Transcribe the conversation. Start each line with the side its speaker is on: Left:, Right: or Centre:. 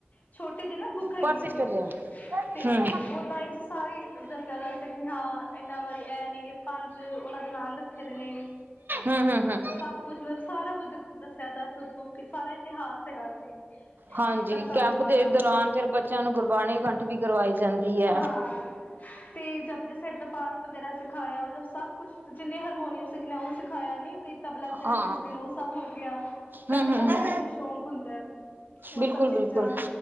Left: ਛੋਟੇ ਜੀ ਨਾ ਬੁੱਕ ਹੈਗੀ
Right: ਪਰਸ ਚ
Left: ਸੀ
Right: ਲਿਆ ਹੂੰ।
Left: ਤੇ ਓਦਾਂ ਵਿੱਚ ਸਾਰੇ ਦੱਸਿਆ ਜਾ ਸੀ ਕਿ ਹਾਂ ਇਨਾ ਵਾਰੀ ਇਹ ਨੀ ਕਿ ਪੰਜ ਉਹਨਾਂ ਦੇ ਨਾਮ ਰੱਖੇ ਦੇ ਨੇ।
Right: ਹੂੰ ਹੂੰ ਹੂੰ।
Left: ਸਭ ਕੁਛ ਮਤਲਬ ਸਾਰਾ ਕੁੱਝ <unintelligible> ਸਾਰਾ ਇਤਿਹਾਸ ਹੈਗਾ ਸੀ
Right: ਹਾਂਜੀ
Left: ਦਸਾਂ
Right: ਕੈਂਪ
Left: ਗੁਰੂਆਂ
Right: ਦੇ
Left: ਦਾ
Right: ਦੌਰਾਨ ਫਿਰ ਬੱਚਿਆਂ ਨੂੰ ਗੁਰਬਾਣੀ ਕੰਠ ਵੀ ਕਰਵਾਈ ਜਾਂਦੀ ਏ।
Left: ਹਾਂ ਤੇ ਜਪਜੀ ਸਾਹਿਬ ਦਾ ਪਾਠ ਵਗੈਰਾ ਸਿਖਾਇਆ ਔਰ ਸਭ ਕੁਛ ਜਿਨੇ ਹਾਰਮੋਨੀਅਮ ਸਿਖਨਾ ਉਹ ਖਾਇਆ ਨੀ। ਕਈ ਤਬਲਾ ਵਗੈਰਾ
Right: ਹਾਂ
Left: ਸਿੱਖਦੇ ਨੇ, ਔ ਸਭ ਹੋ ਗਿਆ,
Right: ਹੂੰ-ਹੂੰ
Left: ਗੱਤਕਾ ਕਈਆਂ ਨੂੰ ਸ਼ੌਕ ਹੁੰਦਾ। ਔ
Right: ਬਿਲਕੁਲ-ਬਿਲਕੁਲ
Left: ਸਭ ਚੀਜ਼ਾਂ,